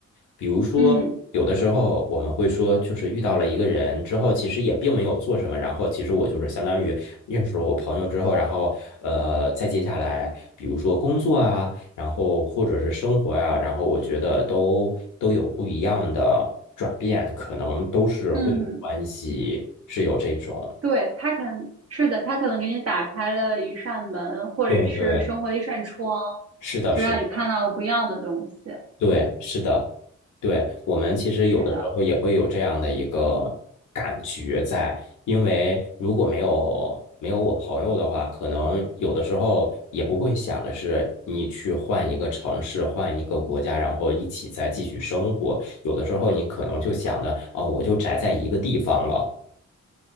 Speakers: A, on the left; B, on the right.
A: 比如说，
B: 嗯
A: 有的时候我们会说，就是遇到了一个人之后，其实也并没有做什么，然后其实我就是相当于认识了我朋友之后，然后呃，再接下来，比如说工作啊，然后或者是生活啊，然后我觉得都都有不一样的转变，可能都是会有关系，
B: 嗯，
A: 是有这种。
B: 对，他可能是的，他可能给你打开了一扇门，或者是生活的一扇窗，
A: 对对，是的，
B: 就让你看到了不一样的东西。
A: 是的。对，是的，对，我们其实有的时候也会有这样的一个感觉在，
B: 是的，
A: 因为如果没有没有我朋友的话，可能有的时候也不会想的是你去换一个城市，换一个国家，然后一起再继续生活。有的时候你可能就想的，哦，我就宅在一个地方了。